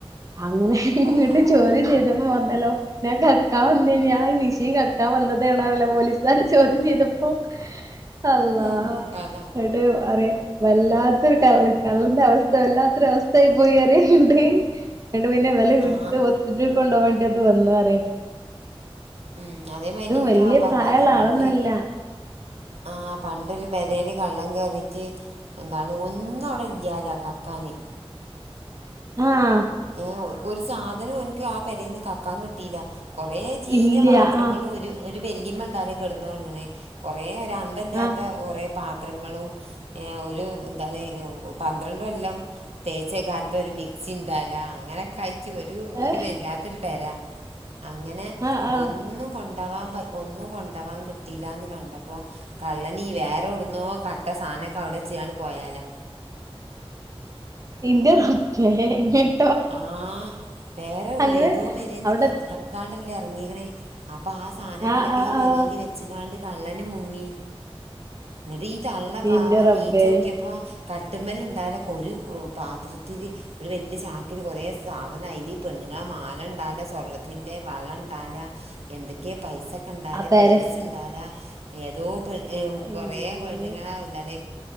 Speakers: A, on the right (about 35°); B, on the right (about 85°).
A: അങ്ങനെ ഇങ്ങോട്ട്
B: പാവ
A: ചോദ്യം ചെയ്തപ്പോ വന്നല്ലോ ഞാൻ കക്കാവന്നേയിനി ഞാൻ മിഷിൻകക്കാൻവന്നതാണല്ലോ പോലീസുകർ ചോദ്യം ചെയ്തപ്പോ അള്ളാ
B: എന്തോ കഥ
A: കേട്ട് അറ വല്ലാത്തൊരു ക കള്ളന്റെ അവസ്ഥ വല്ലാത്തൊരു അവസ്ഥായി പോയി അറിയാണ്ട് എന്നിട്ട് പിന്നെ വില
B: ആ
A: ഇടുത്ത് ഹോസ്പിറ്റലിൽ കൊണ്ടോക വേണ്ടി അത് വന്ന അറിയു
B: ഉം അതേ മതിറെ ഇന്റെ
A: വല്യ
B: വാപ്പാറിനക്ക
A: പ്രായള്ള
B: പണ്ട്
A: ആളൊന്നല്ല
B: ആഹ് പണ്ടൊരു പെരേല് കള്ളൻ കയറിയിട്ട് എന്താണ് ഒന്നും അവിടെ ഇല്ലാലോ കക്കാന്
A: ആഹ്
B: ഏഹ് ഒരു സാധനം എനിക്ക് ആഹ് പരൽന്ന് കക്കാൻ കിട്ടിയില്ല കുറേ ചീഞ്ഞ
A: ഇല്ല
B: പാത്രങ്ങള
A: ആഹ്
B: ഒരു ഒരു വല്ലിയമ്മണ്ടാല കെടന്നറങ്ങെ കൊറേ ഒരാന്തമില്ലാത്ത
A: ആഹ്
B: ഒറെ പാത്രങ്ങളും ഏഹ് ഒരു എന്താണ പന്ത്രണ്ട കൊല്ലം തേച്ചക്കാത്ത ഒരു മിക്സി ഉണ്ടാല അങ്ങനെ കഴിച്ചു ഒരു ഒരുരില്ലാത്തൊരു
A: ഏഹ്
B: പെര അങ്ങനെ
A: ആഹ് ആഹ്
B: ഒന്നും കൊണ്ടാവാൻ ഒന്നും കൊണ്ടാവാൻ കിട്ടിയില്ലന്ന് കണ്ടപ്പോൾ കള്ളനി വേറെ ഇടുന്നോ കട്ട സാധനൊക്കെ അവിടെച്ചാണ് പോയാലാ
A: എന്റെ റബ്ബേ <unintelligible>
B: ആഹ് വേറെ
A: അങ്ങനെ
B: ഏതോ പരന്ന്
A: അവിടെ
B: ക്കാണ്ടല്ലേ ഇറങ്ങിക്കണേ അപ്പൊ ആഹ് സാധങ്ങളൊക്കെ
A: ആഹ് ആഹ്
B: ഈ പെരയിൽ
A: ആഹ്
B: വെച്ചക്കാണ്ട് കള്ളന് മുങ്ങി ഇങ്ങോട്ട ഈ തള്ള പാവം
A: ഇന്റെ റബ്ബേ
B: നീച്ച വോക്കിയപ്പോ കട്ട്മൽ ഉണ്ടാല ഒരു പാത്രത്തില് ഒരു വലിയ ച ഒൽ കുറേ സാധനം അല്ല പെണ്ണുങ്ങളെ മാല ഉണ്ടാല്ല സ്വർണ്ണത്തിൻ്റെ വളം ഉണ്ടാല എന്തൊക്കെയാ പൈസ ഒക്കെ ഉണ്ടാലേ
A: ആ പേരെ
B: പേഴ്സ് എന്താല ഏതോ പെണ് കൊറെേ
A: ഇമ്മേ
B: പെണ്ണുങ്ങളാ എന്താണ്